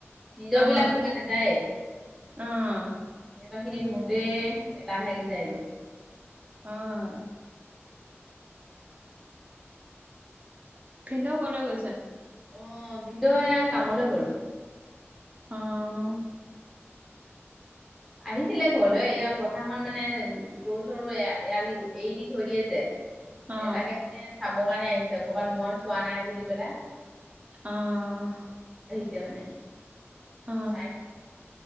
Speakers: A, in the centre; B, on the right (about 35°).
A: নিজৰ
B: অ
A: বিলাক ধোৱা নাযায় সিহঁতৰ।
B: অ অ
A: খিনি ধুওঁতে এলাহ লাগি যায়গৈ।
B: আহ। ভিনদেউ কলৈ গৈছো।
A: অ ভিনদউ এয়া কামলৈ গ'ল।
B: আহ।
A: আহিছিলে ঘৰলৈ এয়া পথাৰখন মানে গৰু চৰু এ এৰাল দি এৰি দি থৈ দিয়ে যে।
B: অ অ
A: এ তাকে মানে চাবৰ কাৰণে আহিছে কৰ'বাত মই চোৱা নাই বুলি পেলাই।
B: আহ।
A: তিয়া মানে।
B: অ
A: চাই